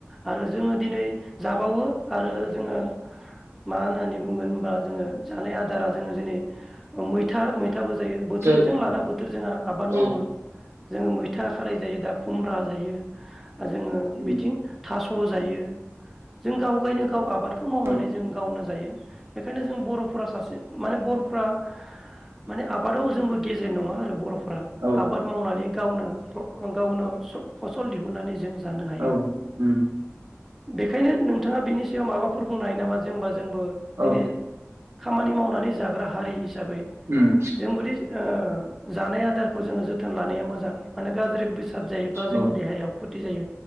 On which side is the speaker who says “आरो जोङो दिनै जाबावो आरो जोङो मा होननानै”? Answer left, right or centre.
Centre